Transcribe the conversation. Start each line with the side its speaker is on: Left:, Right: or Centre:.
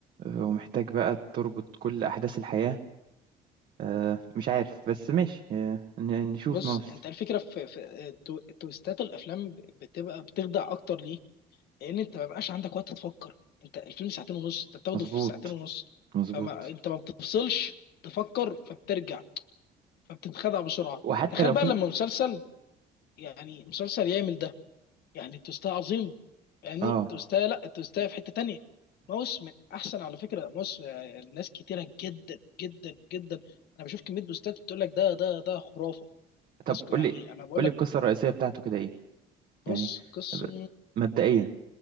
Right: آه، ومحتاج بقى تربط كل احداث الحياة آه، مش عارف بس ماشي آه، ن- نشوف
Left: بص
Right: ماوس
Left: انت الفكره في, في تو- تويستات الافلام ب- بتبقى بتخدع اكتر ليه لان انت ما بيبقاش عندك وقت تفكر انت الفيلم ساعتين ونص انت بتاخده
Right: مظبوط
Left: في ساعتين ونص
Right: مظبوط
Left: فما انت ما بتفصلش تفكر فبترجع فبتتخدع بسرعه
Right: وحتى
Left: تخيل
Right: لو
Left: بقى
Right: في
Left: لما مسلسل يعني مسلسل يعمل ده يعني التوستايه عظيمه فاهمني
Right: اه
Left: التوستايه لا التوستايه في حته تانيه ماوس من احسن على فكره ماوس آه، ناس كتيره جدا جدا جدا انا بشوف كميه بوستات بتقول لك ده ده ده خرافه
Right: طب
Left: ناس ك- يعني
Right: قول لي
Left: انا بقول
Right: قول
Left: لك
Right: لي القصة الرئيسية بتاعته كده ايه
Left: بص
Right: يعني
Left: قسم
Right: ب- مبدئيا